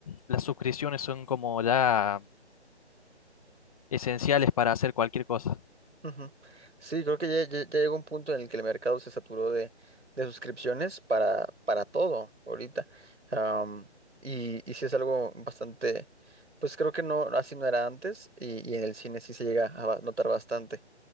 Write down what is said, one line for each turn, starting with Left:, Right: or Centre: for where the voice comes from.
Left: las suscripciones son como ya esenciales para hacer cualquier cosa.
Right: ujú. Sí, creo que ya, ya- ya llegó un punto en el que el mercado se saturó de, de suscripciones para, para todo ahorita. Am, y, y sí es algo bastante, pues creo que no, así no era antes y, y en el cine sí se llega a ba- notar bastante.